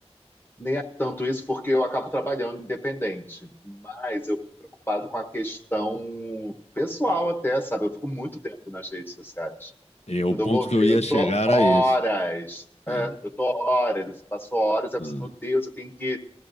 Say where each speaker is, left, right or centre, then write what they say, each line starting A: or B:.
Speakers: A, on the left; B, on the left.
A: Nem é tanto isso, porque eu acabo trabalhando independente, mas eu fico preocupado com a questão pessoal até, sabe? Eu fico muito tempo nas redes sociais.
B: E o
A: Quando
B: ponto
A: eu vou ver,
B: que eu ia
A: eu
B: chegar
A: tô horas.
B: a esse. Ah,
A: É, eu tô horas, assim, passo horas, eu
B: ah.
A: preciso, meu Deus, eu tenho que,